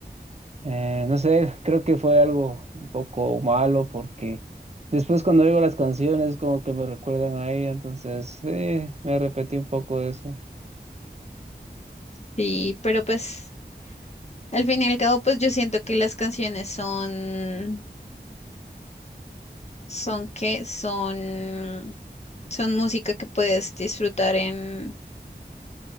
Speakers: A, on the right (about 40°); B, on the left (about 40°).
A: Eh, no sé, creo que fue algo un poco malo porque después cuando oigo las canciones como que me recuerdan a ella, entonces eh, me repetí un poco de eso.
B: Sí, pero pues al fin y al cabo, pues yo siento que las canciones son, son que son, son música que puedes disfrutar en,